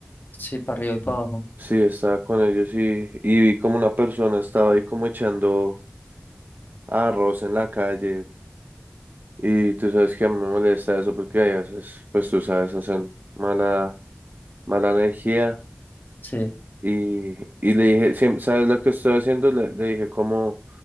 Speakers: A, on the left (about 50°); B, on the right (about 50°).
A: Sí, para arriba y para abajo.
B: Sí, estaba con ellos y, y vi como una persona estaba ahí como echando arroz en la calle y tú sabes que a mí me molesta eso porque a veces, pues tú sabes, hacen mala, mala energía.
A: Sí.
B: Y, y le dije, "Siem- ¿sabes lo que estoy haciendo? Le, le dije como,